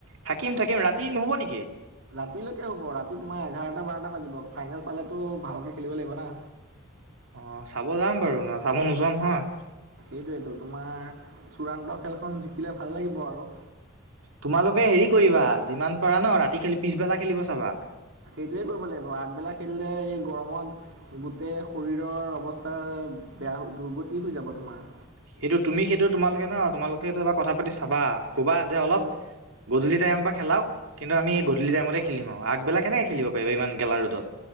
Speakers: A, on the right; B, on the right.
A: থাকিম থাকিম ৰাতি নহব নেকি।
B: ৰাতিলৈকে হ'ব ৰাতি তোমাৰ এঘাৰটা বাৰটা বাজিব, ফাইনেল পালেতো ভালকে খেলিব লাগিব না।
A: অ চাব যাম বাৰু নহ চাব নোযোৱা নহয়।
B: সেইটোৱেতো তোমাৰ চূড়ান্ত খেলখন জিকিলে ভাল লাগিব আৰু।
A: তোমালোকে হেৰি কৰিবা যিমান পাৰা ন ৰাতি খেলি পিছবেলা খেলিব চাবা।
B: সেইটোৱে কৰিব লাগিব আগবেলা খেলিলে এই গৰমত। গোটেই শৰীৰৰ অৱস্থা বেয়া হৈ দুৰ্গতি হৈ যাব তোমাৰ।
A: সেইটো তুমি সেইটো তোমালোকে ন তোমালোকে সেইটো এবাৰ কথা পাতি চাবা কবা যে অলপ,
B: কিন্তু
A: গধূলি টাইম পৰা খেলাওক কিন্তু আমি গধূলি টাইমতে খেলিম আৰু আগবেলা কেনেকে খেলিব পাৰিব ইমান গেলা ৰদত।